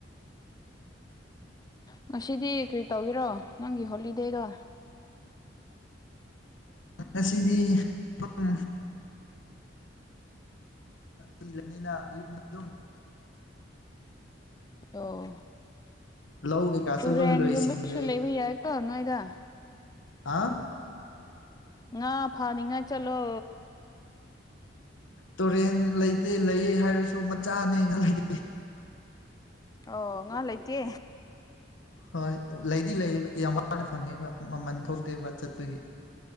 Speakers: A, on the left (about 20°); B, on the left (about 85°).
A: ꯉꯁꯤꯗꯤ ꯀ꯭ꯔꯤ ꯇꯧꯒꯦꯔꯣ ꯅꯪꯒꯤ ꯍꯣꯂꯤꯗꯦꯗꯣ
B: ꯉꯁꯤꯗꯤ ꯇꯨꯝ ꯇꯨꯝꯂꯅꯤꯗꯥ ꯌꯨꯝꯗ ꯑꯗꯨꯝ
A: ꯑꯣ
B: ꯂꯧ ꯀꯩꯀꯥꯁꯨ
A: ꯇꯨꯔꯦꯟꯒꯨꯝꯕꯗꯨꯁꯨ
B: ꯂꯣꯏ ꯂꯣꯏꯁꯤꯟꯈ꯭ꯔꯦ
A: ꯂꯩꯕ ꯌꯥꯏꯀꯣ ꯅꯣꯏꯗ
B: ꯍꯥ
A: ꯉꯥ ꯐꯥꯅꯤꯉꯥꯏ ꯆꯠꯂꯣ
B: ꯇꯨꯔꯦꯟ ꯂꯩꯗꯤ ꯂꯩꯌꯦ ꯍꯥꯏꯔꯁꯨ ꯃꯆꯥꯅꯤ ꯅꯪꯒꯤ
A: ꯑꯣ ꯉꯥ ꯂꯩꯇꯦ
B: ꯍꯣꯏ ꯂꯩꯗꯤ ꯂꯩꯌꯦꯕ ꯌꯥꯝ ꯋꯥꯅ ꯐꯪꯉꯦꯕ ꯃꯃꯟ ꯊꯣꯛꯇꯦꯕ ꯆꯠꯄꯒꯤ